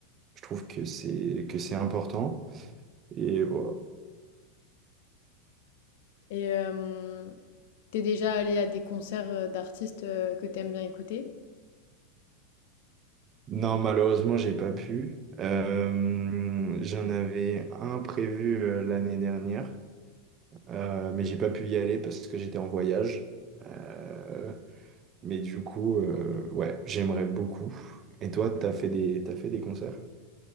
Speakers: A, on the right; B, on the left.
A: Je trouve que c'est que c'est important. Et voilà.
B: Et euh, t'es déjà allé à des concerts euh, d'artistes euh, que t'aimes bien écouter?
A: Non, malheureusement, j'ai pas pu. Euh, j'en avais un prévu euh, l'année dernière, euh, mais j'ai pas pu y aller parce que j'étais en voyage. Euh, mais du coup, euh, ouais, j'aimerais beaucoup. Et toi, t'as fait des t'as fait des concerts?